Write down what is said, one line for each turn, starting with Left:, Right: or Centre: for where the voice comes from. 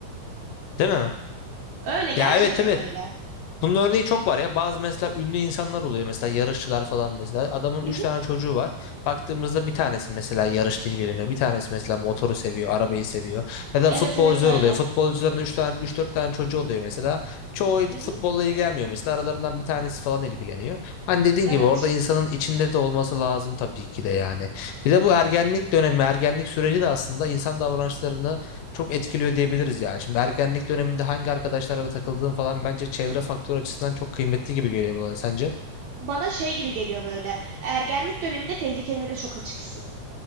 Left: değil mi?
Right: Öyle gerçekten
Left: Ya evet evet
Right: öyle.
Left: Bunun örneği çok var ya. Bazı mesela ünlü insanlar oluyor mesela yarışçılar falan mesela. Adamın
Right: Hı
Left: 3
Right: hı.
Left: tane çocuğu var. Baktığımızda bir tanesi mesela yarışla ilgileniyor. Bir tanesi mesela motoru seviyor, arabayı seviyor. Ya da
Right: Evet
Left: futbolcular
Right: evet öyle.
Left: oluyor. Futbolcuların 3 tane 3-4 tane çocuğu oluyor mesela. Çoğu
Right: Hı hı.
Left: futbolla ilgilenmiyor mesela. Aralarından bir tanesi falan ilgileniyor. Hani dediğin
Right: Evet.
Left: gibi orada insanın içinde de olması lazım tabii ki de yani. Bir de bu ergenlik dönemi, ergenlik süreci de aslında insan davranışlarını çok etkiliyor diyebiliriz ya. Şimdi ergenlik döneminde hangi arkadaşlarla takıldığın falan bence çevre faktörü açısından çok kıymetli gibi geliyor bana sence?
Right: Bana şey gibi geliyor böyle. Ergenlik döneminde tehlikelere çok açıksın.